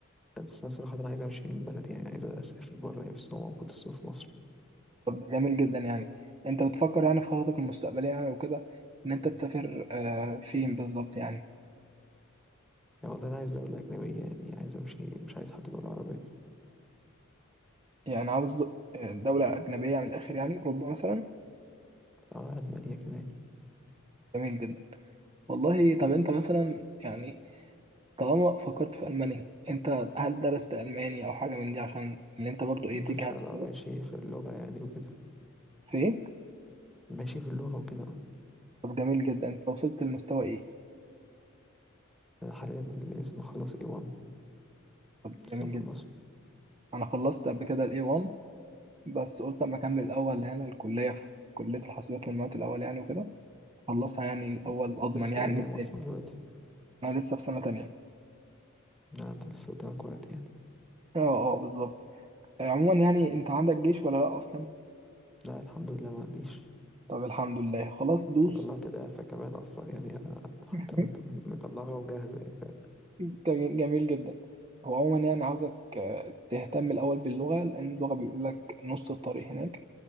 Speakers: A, in the centre; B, on the right (about 25°).
A: بس أنا صراحة أنا عايز أمشي من البلد يعني عايز أسافر بره يعني بس هو موجود السوق في مصر
B: طب جميل جدا يعني انت بتفكر يعني في خططك المستقبليه وكده ان انت تسافر آه، فين بالظبط يعني
A: يعني والله أنا عايز دولة أجنبية يعني عايز أمشي مش عايز حتى دولة عربية
B: يعني عاوز له- دولة أجنبية من الآخر يعني أوروبا مثلا
A: أه ألمانيا كده يعني
B: جميل جدا والله طب أنت مثلا يعني طالما فكرت في ألمانيا أنت هل درست ألماني أو حاجة من دي عشان اللي أنت برضو إيه
A: بالفعل
B: تجهز
A: أه
B: وكده؟
A: ماشي في اللغة يعني وكده
B: في إيه؟
A: ماشي في اللغة وكده آه.
B: طب جميل جدا أنت وصلت لمستوى إيه؟
A: أنا حاليا لسه مخلص A1
B: طب
A: لسه
B: ده جميل
A: مخلصه
B: جدا أنا خلصت قبل كده ال A1 بس قلت أما أكمل الأول هنا الكلية في كلية الحاسبات والمعلومات الأول يعني وكده خلصها يعني الأول
A: مم.
B: أضمن
A: أنت في سنة
B: يعني
A: كام
B: التاني
A: أصلا دلوقتي؟
B: أنا لسه في سنة تانية
A: لا أنت لسه قدامك وقت يعني
B: أه أه بالظبط آه، عموما يعني أنت عندك جيش ولا لأ أصلا؟
A: لا الحمد لله ما عنديش
B: طب الحمد لله خلاص دوس
A: وطلعت الإعفاء كمان أصلا يعني أنا حتى
B: <laughs>
A: مط- مطلعها وجاهزة يعني فاهم
B: جميل جميل جدا هو عموما يعني عاوزك آه، تهتم الأول باللغة لأن اللغة بيقول لك نص الطريق هناك